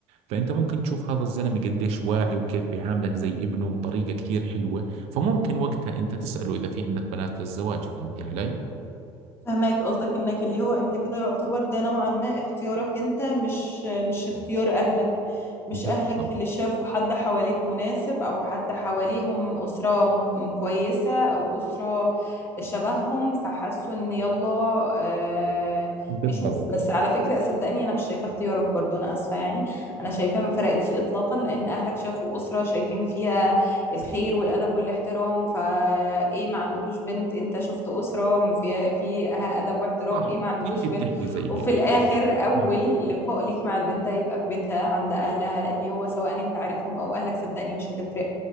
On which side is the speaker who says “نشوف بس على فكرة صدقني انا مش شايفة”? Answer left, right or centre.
Left